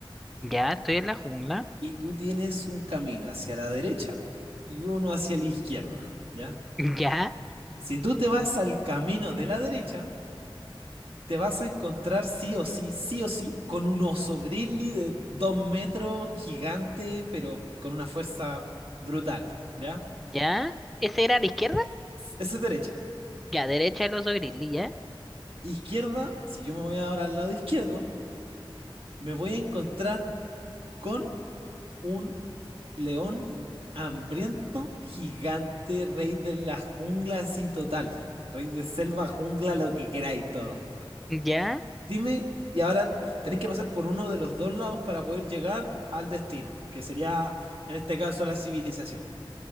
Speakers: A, in the centre; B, on the right (about 85°).
A: Ya, estoy en la jungla.
B: Y tú tienes un camino hacia la derecha y uno hacia la izquierda, ¿ya?
A: Ya,
B: Si tú te vas al camino de la derecha, te vas a encontrar sí o sí, sí o sí, con un oso grizzly de dos metros, gigante, pero con una fuerza brutal, ¿ya?
A: ya. ¿Ese era a la izquierda?
B: Esa es derecha.
A: Ya, derecha el oso grizzly, ya.
B: Izquierda, si yo me voy ahora al lado izquierdo, me voy a encontrar con un león hambriento, gigante, rey de la jungla, así total. Rey de selva, jungla, lo que queráis, todo.
A: Ya,
B: Dime, y ahora tenéis que pasar por uno de los dos lados para poder llegar al destino, que sería, en este caso, la civilización.